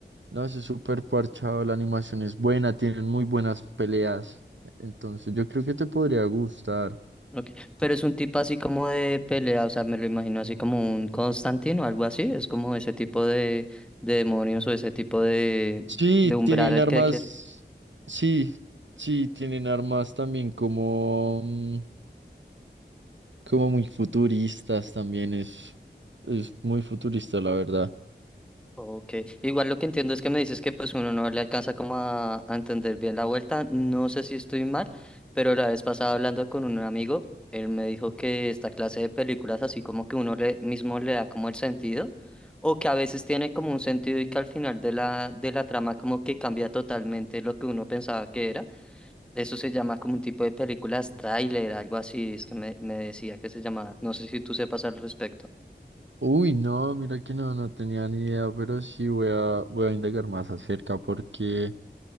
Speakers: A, on the right; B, in the centre.
A: no, eso es súper parchado, la animación es buena, tienen muy buenas peleas. Entonces, yo creo que te podría gustar.
B: ok. Pero es un tipo así como de pelea, o sea, me lo imagino así como un Constantino o algo así, es como ese tipo de, de demonios o ese tipo de,
A: Sí,
B: de umbral
A: tienen
B: al
A: armas,
B: que quieras.
A: sí, sí, tienen armas también como... mm, como muy futuristas también, es, es muy futurista, la verdad.
B: Ok, igual lo que entiendo es que me dices que pues uno no le alcanza como a, a entender bien la vuelta, no sé si estoy mal, pero la vez pasada hablando con un amigo, él me dijo que esta clase de películas así como que uno le, mismo le da como el sentido, o que a veces tiene como un sentido y que al final de la, de la trama como que cambia totalmente lo que uno pensaba que era, eso se llama como un tipo de películas tráiler, algo así, es que me, me decía que se llamaba, no sé si tú sepas al respecto.
A: Uy, no, mira que no, no tenía ni idea, pero sí voy a, voy a indagar más acerca porque